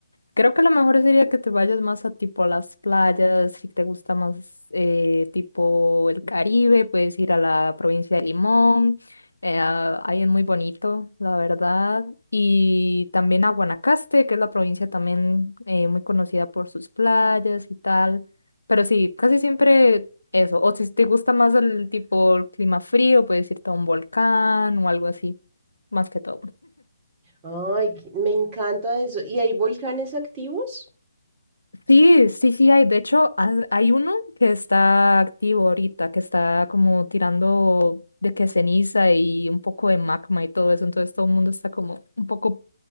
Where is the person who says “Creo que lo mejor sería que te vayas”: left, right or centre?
Left